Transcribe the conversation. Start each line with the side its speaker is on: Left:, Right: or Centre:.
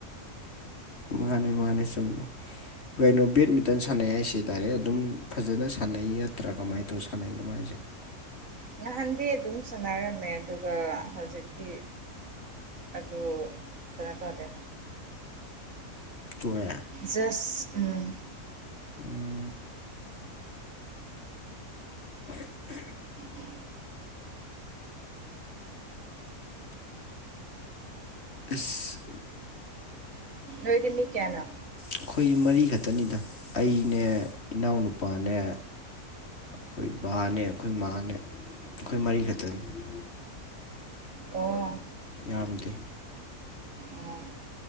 Left: ꯃꯥꯅꯤ ꯃꯥꯅꯤ ꯆꯨꯝꯃꯤ ꯀꯩꯅꯣ ꯕꯦꯠꯃꯤꯟꯇꯟ ꯁꯥꯟꯅꯩ ꯍꯥꯏꯁꯦ ꯗꯥꯏꯔꯦꯛ ꯑꯗꯨꯝ ꯐꯖꯅ ꯁꯥꯟꯅꯩ ꯅꯠꯇ꯭ꯔꯥ ꯀꯃꯥꯏꯅ ꯇꯧ ꯁꯥꯟꯅꯩꯅꯣ ꯃꯥꯏꯁꯦ
Right: ꯉꯍꯥꯟꯗꯤ ꯑꯗꯨꯝ ꯁꯥꯟꯅꯔꯝꯃꯦ ꯑꯗꯨꯒ ꯍꯧꯖꯤꯛꯇꯤ ꯑꯗꯨ ꯀꯅꯣ ꯇꯧꯗꯦ
Left: ꯇꯣꯛꯑꯦ
Right: ꯖꯁ ꯎꯝ
Left: ꯎꯝ
Right: ꯑ
Left: ꯏꯁ
Right: ꯅꯣꯏꯗꯤ ꯃꯤ ꯀꯌꯥꯅꯣ
Left: ꯑꯩꯈꯣꯏꯒꯤ ꯃꯔꯤꯈꯛꯇꯅꯤꯗ ꯑꯩꯅꯦ ꯏꯅꯥꯎꯅꯄꯥꯅꯦ ꯑꯩꯈꯣꯏ ꯕꯥꯅꯦ ꯑꯩꯈꯣꯏ ꯃꯥꯅꯦ ꯑꯩꯈꯣꯏ ꯃꯔꯤꯈꯛꯇꯅꯤ
Right: ꯑꯣ
Left: ꯌꯥꯝꯗꯦ
Right: ꯎꯝ